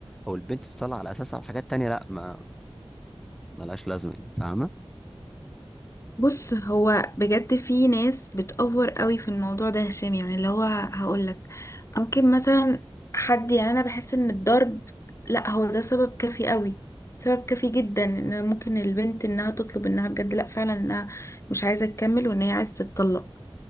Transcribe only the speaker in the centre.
او البنت تتطلق على اساسها وحاجات تانية لا ما ملهاش لازمة يعني، فاهمة